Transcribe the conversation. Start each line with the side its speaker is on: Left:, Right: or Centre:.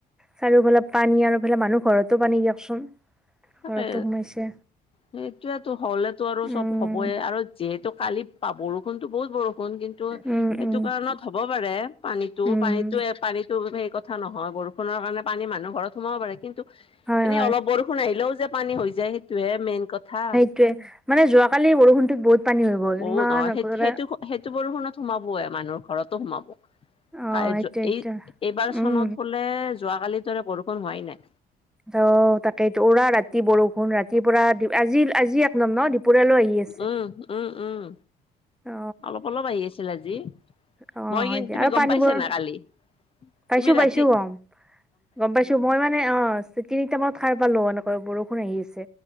Centre: চাৰিওফালে পানী আৰু ইফালে মানুহ ঘৰতো পানী দিয়কচোন
Left: তাকে
Centre: ঘৰতো সোমাইছে
Left: সেইটোৱেতো হলেতো আৰু
Centre: উম,
Left: চব হ'বই আৰু যিহেতু কালি পা বৰষুণতো বহুত বৰষুণ কিন্তু
Centre: উম,
Left: সেইটো
Centre: উম,
Left: কাৰণত হ'ব পাৰে পানীতো
Centre: উম,
Left: পানীতো এ পানীত সেইটো সেই কথা নহয় বৰষুণৰ কাৰণে পানী মানুহ ঘৰত সোমাব পাৰে কিন্তু
Centre: হয়,
Left: এনে
Centre: হয়।
Left: অলপ বৰষুণ আহি দিলেও যে পানী হৈ যায়, সেইটোহে মেইন কথা।
Centre: গোটে মানে যোৱা কালি বৰষুণতো বহুত পানী হৈ গ'ল।
Left: অ
Centre: ইমান
Left: নহয়
Centre: একেবাৰে
Left: সেই সেইটো সেইটো বৰষুণত সোমাবই মানুহৰ ঘৰতো সোমাব
Centre: অ
Left: এই
Centre: এইটো এইটো
Left: এইবাৰ চনত
Centre: উম
Left: বোলে যোৱাকালিৰ দৰে বৰষুণ হোৱাই নাই
Centre: ত তাকেইতো উৰা ৰাতি বৰষুণ ৰাতিৰ পৰা আজি আজি এক নাম ন দুপৰীয়ালৈ আহি আছে
Left: উম উম উম
Centre: অ
Left: অলপ অলপ আহি আছিল আজি
Centre: অ
Left: মই
Centre: হয়
Left: কিন্তু
Centre: দিয়া
Left: তুমি
Centre: আৰু
Left: গম
Centre: পানীবোৰ
Left: পাইছা না কালি
Centre: পাইছো
Left: তুমি
Centre: পাইছো
Left: ৰাতি
Centre: গম গম পাইছো মই মা অ তিনি টাইমত খাই পালো এনেকৈ বৰষুণ আহি আছে